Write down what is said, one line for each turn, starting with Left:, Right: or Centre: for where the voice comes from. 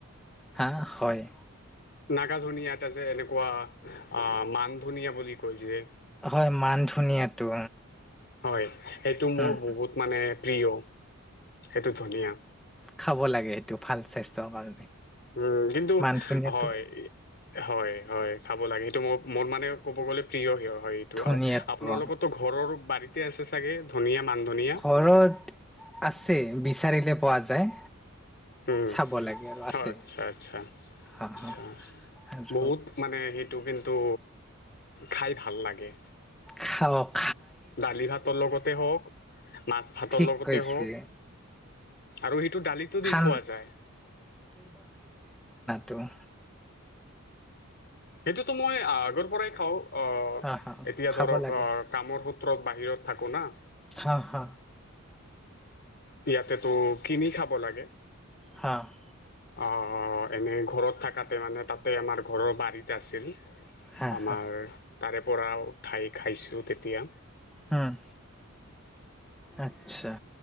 Centre: হা হয়
Left: নাগা ধনিয়াত আছে যে এনেকুৱা অ মান ধনিয়া বুলি কৈছে
Centre: হয় মান ধনিয়াটো
Left: হয় সেইটো
Centre: হম
Left: মোৰ
Centre: হ
Left: বহুত মানে প্ৰিয় সেইটো ধুনীয়া
Centre: খাব লাগে সেইটো ভাল স্বাস্থ্যৰ কাৰণে
Left: উম কিন্তু
Centre: মান ধুনীয়াটো
Left: হয় হয় হয়। খাব লাগে সেইটো মোৰ মোৰ মানে ক'ব গ'লে প্ৰিয় সেই আকৌ হয় এইটো
Centre: ধুনীয়াটো
Left: আ আপোনালোকৰ
Centre: অ
Left: ত ঘৰৰ বাৰীতে আছে চাগে ধনিয়া মান ধনিয়া
Centre: ঘৰত আছে বিচাৰিব তে পোৱা যায়।
Left: উম,
Centre: চাব লাগে আৰু আছে
Left: অ আচ্ছা আচ্ছা
Centre: অ
Left: আচ্ছা
Centre: অ আৰু
Left: বহুত মানে সেইটো কিন তো খাই ভাল লাগে।
Centre: খাওঁক
Left: দালি-ভাতৰ লগতে হওঁক মাছ ভাতৰ
Centre: ঠিক
Left: লগতে
Centre: কৈছে
Left: হওঁক আৰু সেইটো দালিতো
Centre: খান
Left: দি খোৱা যায়।
Centre: টোৱা
Left: সেইটোতো মই আগৰ পৰাই খাওঁ অঅঅ
Centre: হা হা
Left: এতিয়া
Centre: খাব
Left: ধৰক
Centre: লাগে।
Left: ক কামৰ স তত বাহিৰত থাকো না
Centre: হা হা
Left: ঠু ইয়াতে তো কিনি খাব লাগে।
Centre: হা অ
Left: অ অ অ, এনেই ঘৰত থাকাতে মানে তাতে আমাৰ ঘৰৰ বাৰীত আছিল।
Centre: হা
Left: আমাৰ
Centre: হা
Left: তাৰে পৰা উঠাই খাইছোঁ তেতিয়া
Centre: হুম। আচ্ছা